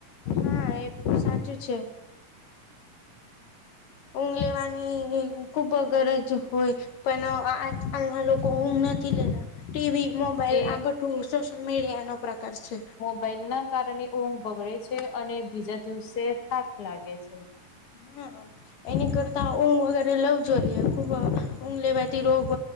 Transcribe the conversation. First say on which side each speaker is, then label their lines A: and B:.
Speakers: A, on the left; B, on the left.
A: હા એ પણ સાચું છે ઊંઘ લેવાની ખુબ જ ગરજ હોય પણ આજકાલના લોકો ઊંઘ નથી લેતા ટીવી મોબાઈલ
B: એ
A: આ બધું સોશિયલ મીડિયા નો પ્રકાર છે
B: બલ ના કારણે ઊંઘ બગડે છે અને બીજા દિવસે થાક લાગે છે
A: હા એની કરતાં ઊંઘ વગેરે લવું જોઈએ ખૂબ ઊંઘ લેવાતી રોગ